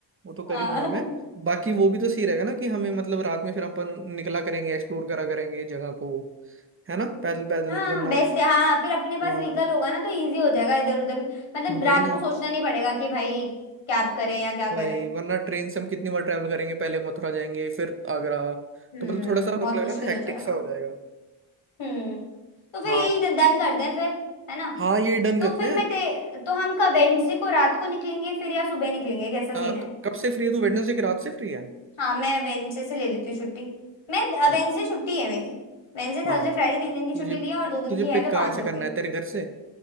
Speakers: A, on the right; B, on the left.
A: वो तो कर
B: हाँ
A: ही लूंगा मैं बाकी वो भी तो सही रहेगा ना कि हमें मतलब रात में फिर अपन निकला करेंगे एक्सप्लोर करा करेंगे जगह को है ना पैदल पैदल
B: हाँ
A: वरना
B: बेस्ट है हाँ फिर अपने पास
A: हाँ,
B: व्हीकल होगा ना तो इजी हो जाएगा इधर उधर मतलब
A: वही
B: रात
A: ना
B: को सोचना नहीं पड़ेगा कि भाई कैब करें या क्या करें
A: भाई वरना ट्रेन से हम कितनी बार ट्रैवल करेंगे पहले मथुरा जाएंगे फिर आगरा
B: हम्म
A: तो मतलब थोड़ा सा मेरे
B: बहुत
A: को लग
B: मुश्किल
A: रहा है ना हेक्टिक
B: हो जाएगा
A: सा हो जाएगा
B: हम्म तो फिर
A: हाँ
B: यही डन करते हैं फिर है ना
A: हाँ ये डन
B: तो
A: करते
B: फिर
A: हैं
B: मैं ते तो हम कब वेंसी को रात को निकलेंगे फिर या सुबह निकलेंगे कैसा
A: आ,
B: सीन
A: क-
B: है
A: कब से फ्री है तू वेडनेसडे की रात से फ्री है
B: हाँ मैं वेंसडे से ले लेती हूँ छुट्टी मैं
A: हाँ
B: वेंसडे छुट्टी है मेरी वेंसडे
A: हाँ
B: थर्सडे फ्राइडे तीन दिन की छुट्टी
A: तुझे
B: ली है और दो दिन
A: तुझे
B: की है
A: पिक
B: तो
A: कहाँ
B: पांच
A: से
B: हो
A: करना
B: गई
A: है तेरे घर से